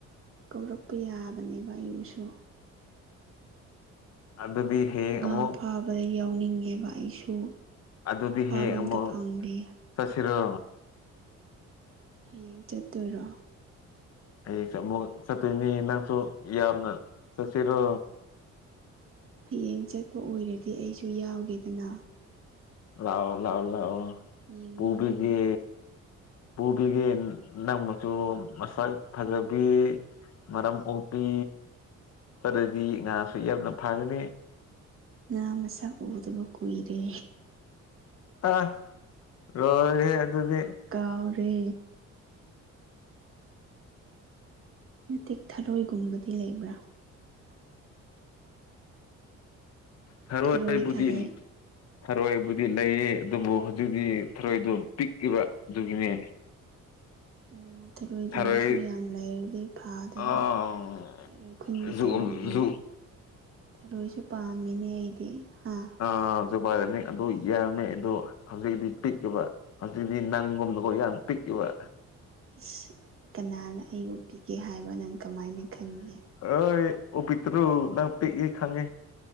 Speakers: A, on the right (about 45°); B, on the left (about 55°).
A: ꯀꯧꯔꯛꯄ ꯌꯥꯕꯅꯦꯕ ꯑꯩꯕꯨꯁꯨ
B: ꯑꯗꯨꯗꯤ ꯍꯌꯦꯡ
A: ꯉꯥ
B: ꯑꯃꯨꯛ
A: ꯐꯥꯕꯗ ꯌꯥꯎꯅꯤꯡꯉꯦꯕ ꯑꯩꯁꯨ
B: ꯑꯗꯨꯗꯤ
A: ꯐꯥꯕ
B: ꯍꯌꯦꯡ
A: ꯑꯝꯇ
B: ꯑꯃꯨꯛ
A: ꯐꯪꯗꯦ
B: ꯆꯠꯁꯤꯔꯣ
A: ꯍꯌꯦꯡ ꯆꯠꯇꯣꯏꯔꯣ
B: ꯍꯌꯦꯡ ꯆꯠꯂꯤꯑꯣ ꯁꯠꯇꯣꯏꯅꯤ ꯅꯪꯁꯨ ꯌꯥꯎꯅ ꯆꯠꯁꯤꯔꯣ
A: ꯍꯌꯦꯡ ꯆꯠꯄ ꯑꯣꯏꯔꯗꯤ ꯑꯩꯁꯨ ꯌꯥꯎꯒꯦꯗꯅ
B: ꯂꯥꯛꯑꯣ ꯂꯥꯎꯑꯣ ꯂꯥꯎꯑꯣ
A: ꯌꯦꯡꯅꯤꯡꯉꯦ
B: ꯄꯨꯡꯕꯤꯒꯦ ꯄꯨꯕꯤꯒꯦ ꯅꯪ ꯃꯁꯨ ꯃꯁꯛ ꯐꯖꯕꯤ ꯃꯔꯝ ꯃꯣꯛꯄꯤ ꯆꯠꯂꯗꯤ ꯉꯥꯁꯨ ꯌꯥꯝꯅ ꯐꯒꯅꯤ
A: ꯉꯥ ꯃꯁꯛ ꯎꯗꯕ ꯀꯨꯏꯔꯦ
B: ꯑꯥ ꯂꯣꯏꯔꯦꯍꯦ ꯑꯗꯨꯗꯤ
A: ꯀꯥꯎꯔꯦ ꯅꯠꯇꯦ ꯊꯥꯔꯣꯏꯒꯨꯝꯕꯗꯤ ꯂꯩꯕ꯭ꯔꯥ
B: ꯊꯔꯣꯏꯕꯨꯗꯤ
A: ꯊꯔꯣꯏ ꯊꯔꯣꯏ
B: ꯊꯔꯣꯏꯕꯨꯗꯤ ꯂꯩꯌꯦ ꯑꯗꯨꯕꯨ ꯍꯧꯖꯤꯛꯇꯤ ꯊꯔꯣꯏꯗꯣ ꯄꯤꯛꯏꯕ ꯑꯗꯨꯒꯤꯅꯦ꯫
A: ꯑꯣ ꯊꯔꯣꯏꯒꯨꯝꯕꯁꯨ
B: ꯊꯔꯣꯏ
A: ꯌꯥꯝ ꯂꯩꯔꯗꯤ ꯐꯥꯗ
B: <unintelligible>
A: ꯊꯔꯣꯏ ꯈꯨꯟꯒꯦ
B: ꯖꯨ
A: ꯇꯧꯕꯅꯤꯅꯦ
B: ꯖꯨ
A: ꯊꯔꯣꯏꯁꯨ ꯄꯥꯝꯃꯤꯅꯦ ꯑꯩꯗꯤ ꯍꯥꯥ
B: ꯑ ꯖꯨꯄꯥꯏꯗꯅꯤꯛ ꯑꯗꯨ ꯌꯥꯝꯃꯦ ꯑꯗꯣ ꯍꯧꯖꯤꯛꯒꯤꯗꯤ ꯄꯤꯛꯏꯕ꯫ ꯍꯧꯖꯤꯛꯇꯤ ꯅꯪꯒꯨꯝꯅꯀꯣ ꯌꯥꯝ ꯄꯤꯛꯏꯕ꯫
A: ꯑꯤꯁ ꯀꯅꯥꯅ ꯑꯩꯕꯨ ꯄꯤꯛꯑꯦ ꯍꯥꯏꯕ ꯅꯪ ꯀꯃꯥꯏꯅ ꯈꯪꯒꯦ
B: ꯑꯩ ꯑꯣ ꯄꯤꯛꯇ꯭ꯔꯨ ꯅꯪ ꯄꯤꯛꯏ ꯈꯪꯉꯦ꯫